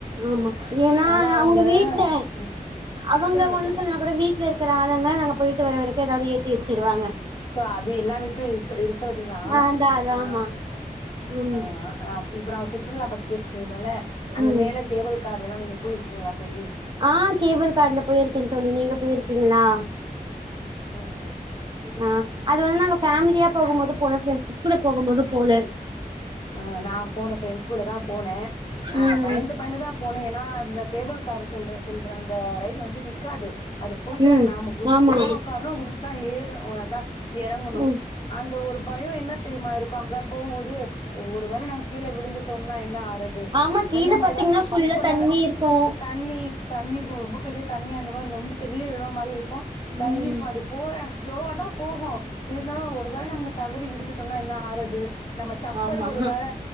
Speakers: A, on the right; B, on the left.
A: ஆமா ஏனா
B: ஆனா
A: அவுங்க
B: அந்த
A: வீட்ல
B: ம் சொல்லுங்க
A: அவங்க
B: சொல்லுங்க
A: ஒண்ணு
B: சொல்லுங்க
A: சொல்லுலனா கூட வீட்லருக்குற ஆளுங்க நாங்க போயிட்டு வர வர எதாவது ஏத்தி வச்சுருவாங்க
B: சோ அது எல்லா வீட்லயு இர் இருக்றதுதா
A: அதா அதா
B: அ
A: ஆமா ம்
B: ஆ அப் இப்ப நா சுற்றுலா பத்தி பேசிட்டு இருந்தோமில்ல அந்த
A: ம்
B: மேல கேபிள்கார் அங்கெல்லா நீங்க போயிருக்கீங்களா தோழி
A: ஆ கேபிள் கார்ல போயிருக்கேன் தோழி நீங்க போயிருக்கீங்களா
B: ம் ம்
A: ஆ அது வந்து நாங்க ஃபேமிலியா போகும் போது போன ஃப்ரெண்ட்ஸ் கூட போகும் போது போல
B: ஆ நா போனே ஃப்ரெண்ட்ஸ் கூட தா போனே ஆ
A: ம்
B: பயந்து பயந்துதா போனே ஏனா இந்த கேபிள் காரு சொல்ற சொல்ற அந்த ரை டு வந்து நிக்காது அது போயிட்டுதா
A: ம்
B: நாம குதுச்சுதா
A: ஆமா
B: உக்காரணு குதுச்தா ஏறணு அதா எறங்கணு
A: ம்
B: அந்த ஒரு பயொ என்ன தெரிமா இருக்கூ அங்க போம்போது ஒருவேல நாங் கீழ விழுந்துட்டோன்னா என்ன ஆறது
A: ஆமா கீழ
B: அந்த மாரிதா
A: பாத்தீங்கன்னா ஃபுல்லா
B: இப்ப நா
A: தண்ணி இருக்கு
B: தண்ணி இ தண்ணிருக்கூ ரொம்ப பெரிய தண்ணி அந்த மாரி ரொம்ப பெரிய எடோ மாரி இருக்கூ தண்ணிருக்கூ
A: ம்
B: அது போற ஸ்லோவா தா போகு இருந்தாலு ஒரு வேல நாங்க தவறி விழுந்துட்டொன்னா என்ன ஆக்றது நம்
A: ஆமா
B: பல் ஒரு வேல